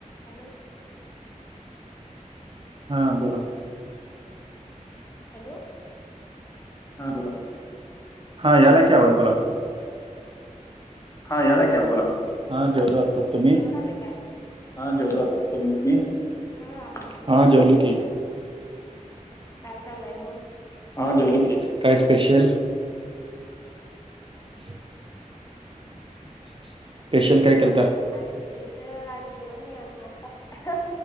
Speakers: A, on the left; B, on the right.
A: Hello
B: हा बोला
A: hello, हा बोला
B: हा यालाय की आवाज बोला
A: हा यायला की आवाज बोला,
B: हा जेवलो आता तुम्ही
A: जेवण झाल काय? हा जेवलो आताच, तुम्ही? हो आताच
B: हा जेवले की
A: कायल चालय मग? हा जेवलो की
B: काय स्पेशल? ह ह् स्पेशल काय केलता
A: आज स्पेशल आज जेवण नाही आज नाष्टा